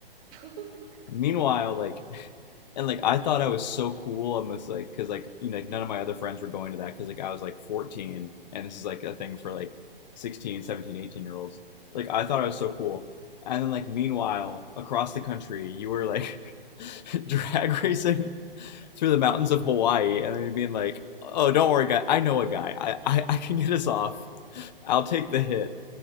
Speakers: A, on the right; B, on the left.
A: <laughs> Oh my God.
B: Meanwhile, like, <laughs> and like I thought I was so cool on this, like, because like you know, like none of my other friends were going to that because like I was like 14 and this is like a thing for like 16, 17, 18 year olds. Like I thought I was
A: All Right.
B: so cool, and then like meanwhile across the country you were like <laughs> drag racing through the mountains of Hawaii, and then you're being like, oh, don't worry, guy, I know a guy, I I, I can get us off, I'll take the hit.